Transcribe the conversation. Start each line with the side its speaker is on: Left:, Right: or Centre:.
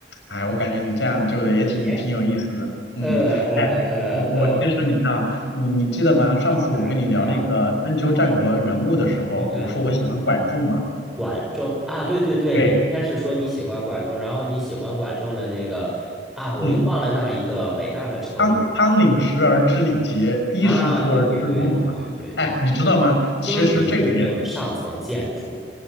Left: 哎，我感觉你这样就也挺挺有意思的。
Centre: 耶，
Left: 嗯，
Centre: 呃呃呃呃，
Left: 哎，我我其实你看啊，你你记得吗？上次我跟你聊那个春秋战国人物的时候，
Centre: 哪个呀？一战国人？
Left: 我说我喜欢管仲嘛。
Centre: 管仲啊，对对对，
Left: 对，
Centre: 你先是说你喜欢管仲，然后你喜欢管仲的那个啊，
Left: 嗯，
Centre: 我又忘了那一个伟大的成语
Left: 汤汤领食而知礼节，衣食足而知荣辱嘛。
Centre: 啊，对对对对对对，
Left: 哎，你知道吗？
Centre: 经济决定上层建筑
Left: 其实这个也